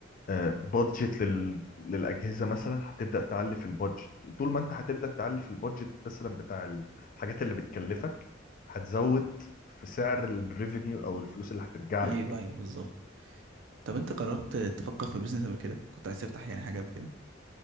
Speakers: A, on the left; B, on the right.
A: آه بادجت لل... للاجهزه مثلا هتبدا تعلي في البادجت وطول ما انت هتبدا تعلي في البادجت مثلا بتاع الحاجات اللي بتكلفك هتزود في سعر الريفينيو او الفلوس اللي هترجع
B: ايوه
A: لك
B: ايوه بالظبط طب انت جربت تفكر في بيزنس قبل كده كنت عايز تفتح يعني حاجه قبل كده